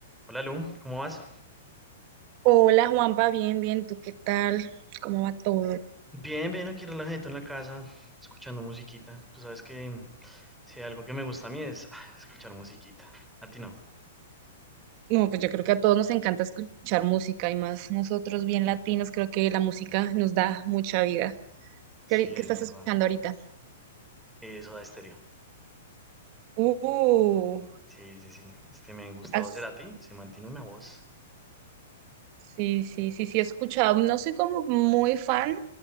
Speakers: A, in the centre; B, on the right (about 40°).
A: Hola Lu, ¿cómo vas?
B: Hola Juanpa, bien, bien, ¿tú qué tal? ¿Cómo va todo?
A: Bien, bien, aquí relajadito en la casa, escuchando musiquita. Tú sabes que mm, si hay algo que me gusta a mí es ah, escuchar musiquita. A ti no.
B: No, pues yo creo que a todos nos encanta escuchar música y más nosotros bien latinos, creo que la música nos da mucha vida.
A: Sí,
B: ¿Qué, ahori- qué
A: es
B: estás
A: verdad.
B: escuchando ahorita?
A: Eh, Soda Stereo.
B: Uh,
A: Sí, sí, sí. Este me han gustado
B: has-
A: hacer a ti, se mantiene una voz.
B: sí, sí, sí, sí he escuchado. No soy como muy fan